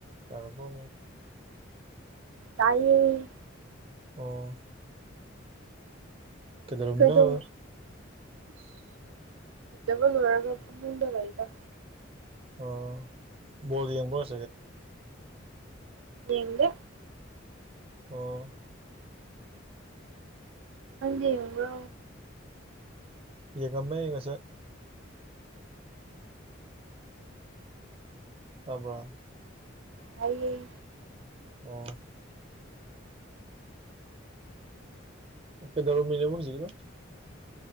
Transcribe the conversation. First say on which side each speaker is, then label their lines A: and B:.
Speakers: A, on the right; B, on the right.
A: ꯇꯔꯕꯣ
B: ꯇꯥꯏꯌꯦ
A: ꯑꯣ ꯀꯩꯗꯧꯔꯝꯃꯤꯅꯣ
B: ꯀꯩꯗꯧ ꯑꯁ ꯂꯩꯖꯕ ꯂꯣꯏꯔꯒ ꯐꯃꯨꯡꯗ ꯂꯩꯗ
A: ꯑꯣ ꯕꯣꯜ ꯌꯦꯡꯕ꯭ꯔꯣ <unintelligible>
B: ꯌꯦꯡꯗꯦ
A: ꯑꯣ
B: ꯌꯦꯡꯕ꯭ꯔꯣ
A: ꯌꯦꯉꯝꯃꯦ ꯉꯁꯥꯏ ꯇꯕ꯭ꯔꯣ
B: ꯇꯥꯏꯌꯦ
A: ꯑꯣ ꯀꯩꯗꯧꯔꯝꯃꯤꯅꯦꯕ ꯍꯨꯖꯤꯛꯅ